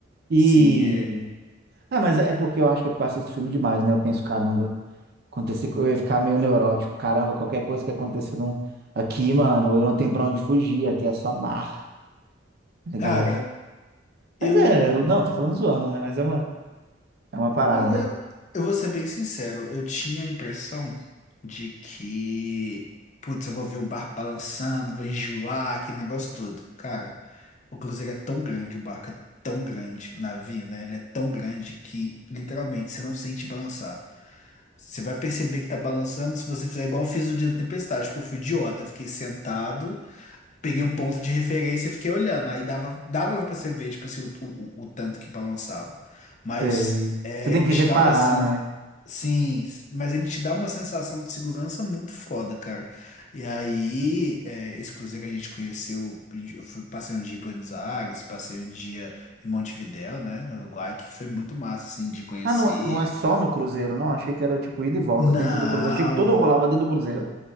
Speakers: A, on the right; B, on the left.
A: E.
B: Sim, é.
A: Ah, mas é porque eu acho que é porque eu assisto filme demais, né? Eu penso, caramba, acontecer, co- eu ia ficar meio neurótico. Caramba, qualquer coisa que acontecer não- aqui, mano, eu não tenho pra onde fugir, aqui é só mar, tá
B: Cara,
A: ligado?
B: eu.
A: Mas é, não, tô falando zoando, né? Mas é uma, é uma parada.
B: Não, eu, eu vou ser bem sincero, eu tinha a impressão. de que, putz, eu vou ver o barco balançando, vou enjoar, aquele negócio todo. Cara, o cruzeiro é tão grande, o barco é tão grande, o navio, né? Ele é tão grande que, literalmente, você não sente balançar. Você vai perceber que tá balançando se você fizer igual eu fiz no dia da tempestade, porque eu fui idiota. Eu fiquei sentado, peguei um ponto de referência e fiquei olhando. Aí dava, dava pra você ver, tipo assim, o, o, o tanto que balançava. Mas
A: Sei.
B: é,
A: Você tem
B: ele
A: que
B: te
A: reparar,
B: dá uma sensação.
A: né?
B: Sim, mas ele te dá uma sensação de segurança muito foda, cara. E aí, é, esse cruzeiro que a gente conheceu, a gente- eu fui, passei um dia em Buenos Aires, passei um dia em Montevidéu, né, no Uruguai, que foi muito massa, assim, de conhecer.
A: Ah, não, é- não é só no Cruzeiro, não. Achei que era tipo ida e volta
B: Não,
A: dentro do Cruzeiro. Achei que tudo rolava dentro do Cruzeiro.